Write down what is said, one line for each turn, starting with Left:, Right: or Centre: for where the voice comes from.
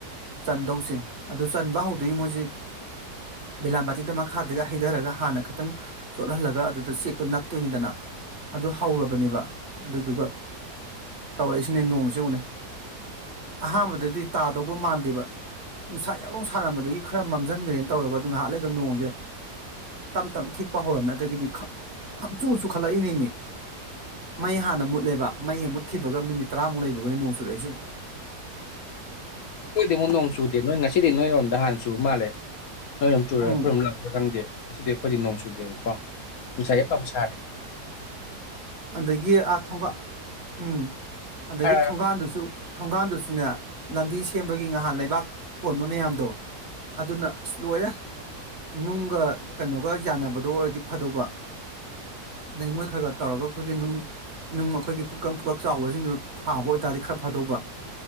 Right: ꯆꯟꯗꯧꯁꯦ ꯑꯗꯨ ꯆꯟꯕ ꯍꯧꯗꯣꯏ ꯃꯣꯏꯖꯦ ꯕꯤꯂꯥꯕꯥꯇꯤꯗꯨ ꯃꯈꯥꯗꯒ ꯍꯩꯊꯔꯒ ꯍꯥꯟꯅ ꯈꯤꯇꯪ ꯆꯣꯠꯍꯜꯂꯒ ꯑꯗꯨꯗ ꯆꯦꯛꯇꯣ ꯅꯞꯇꯣꯏꯅꯤꯗꯅ ꯑꯗꯨ ꯍꯧꯔꯕꯅꯤꯕ ꯑꯗꯨꯗꯨꯒ ꯇꯧꯔꯛꯏꯖꯤꯅꯦ ꯅꯣꯡ ꯖꯦ ꯌꯦꯡꯉꯨꯅꯦ ꯑꯍꯥꯟꯕꯗꯗꯤ ꯇꯥꯗꯧꯕ ꯃꯥꯟꯗꯦꯕ ꯅꯨꯡꯁꯥ ꯌꯥꯛꯂꯥꯎ ꯁꯥꯔꯝꯕꯗꯒꯤ ꯈꯔ ꯃꯝꯖꯤꯟꯒ꯭ꯔꯦꯅ ꯇꯧꯔꯒ ꯑꯗꯨ ꯉꯥꯏꯍꯥꯛ ꯂꯩꯔꯒ ꯅꯣꯡꯖꯦ ꯇꯝ ꯇꯝꯅꯥ ꯈꯤꯛꯄ ꯍꯧꯔꯝꯃꯦ ꯑꯗꯒꯤꯗꯤ ꯈꯪ ꯈꯥꯡꯆꯨ ꯈꯠꯂꯛꯏꯅꯦꯃꯤ ꯃꯩ ꯍꯥꯟꯅ ꯃꯨꯠꯂꯦꯕ ꯃꯩ ꯍꯦꯛ ꯃꯨꯠꯈꯤꯕꯒ ꯃꯤꯅꯤꯠ ꯇꯔꯥꯃꯨꯛ ꯂꯩꯕꯒꯅꯦ ꯅꯣꯡ ꯆꯨꯔꯛꯏꯖꯦꯎ
Left: ꯑꯩꯈꯣꯏꯗꯤꯉꯣ ꯅꯣꯡ ꯆꯨꯗꯦ ꯅꯣꯏ ꯉꯁꯤꯗꯤ ꯅꯣꯏꯔꯣꯝꯗ ꯍꯥꯟꯅ ꯆꯨ ꯃꯥꯜꯂꯦ ꯅꯣꯏꯔꯣꯝ ꯆꯨꯔ
Right: ꯎꯝ
Left: ꯑꯩꯈꯣꯏꯔꯣꯝ ꯂꯥꯛꯇꯣꯏꯔꯥ ꯈꯪꯗꯦ ꯑꯁꯤꯗꯤ ꯑꯩꯈꯣꯏꯗꯤ ꯅꯣꯡ ꯆꯨꯗꯦꯕꯀꯣ ꯅꯨꯡꯁꯥ ꯌꯥꯛꯅꯥ ꯁꯥꯔꯤ
Right: ꯑꯗꯒꯤ ꯑꯥ ꯊꯣꯡꯒꯥꯜ ꯎꯝ ꯑꯗꯒꯤ
Left: ꯍꯥꯏꯔꯣ
Right: ꯊꯣꯡꯒꯥꯟꯗꯨꯁꯨ-ꯊꯣꯡꯒꯥꯟꯗꯨꯁꯨꯅꯦ ꯂꯝꯕꯤ ꯁꯦꯝꯕꯒꯤ ꯉꯍꯥꯟ ꯂꯩꯕꯥꯛ ꯊꯣꯟꯕ ꯃꯌꯥꯝꯗꯣ ꯑꯗꯨꯅ ꯑꯥꯁ ꯂꯣꯏꯔꯦ ꯅꯨꯡꯒ ꯀꯩꯅꯣꯒ ꯌꯥꯅꯕꯗꯣ ꯑꯣꯏꯔꯗꯤ ꯐꯗꯧꯕ ꯂꯩꯉꯣꯏ ꯈꯔꯒ ꯇꯧꯔꯒ ꯑꯩꯈꯣꯏꯒꯤ ꯅꯨꯡ ꯅꯨꯡ ꯑꯩꯈꯣꯏꯒꯤ ꯄꯨꯡꯀꯛ ꯄꯨꯡꯀꯛ ꯆꯥꯎꯕꯖꯤꯡꯗꯨ ꯊꯥꯕ ꯑꯣꯏꯇꯥꯔꯗꯤ ꯈꯔ ꯐꯗꯧꯕ